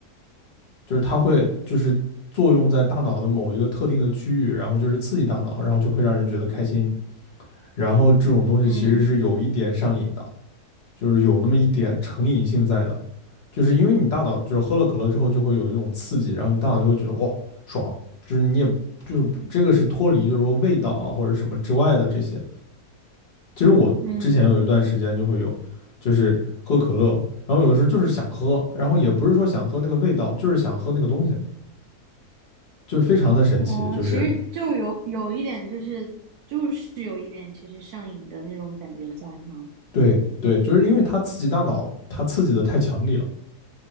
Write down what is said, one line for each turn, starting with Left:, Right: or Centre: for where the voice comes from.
Left: 就是它会就是作用在大脑的某一个特定的区域，然后就是刺激大脑，然后就会让人觉得开心，然后这种东西其实是有一点上瘾的，
Right: 嗯
Left: 就是有那么一点成瘾性在的。就是因为你大脑就是喝了可乐之后就会有一种刺激，然后你大脑就会觉得哦爽，就是你也就是这个是脱离就是说味道啊或者什么之外的这些。其实我之前有一段时间就会有，
Right: 嗯
Left: 就是喝可乐，然后有的时候就是想喝，然后也不是说想喝那个味道，就是想喝那个东西，就非常的神奇，
Right: 哦，
Left: 就是
Right: 其实就有有一点就是就是有一点其实上瘾的那种感觉在哈。
Left: 对对，就是因为它刺激大脑，它刺激的太强烈了，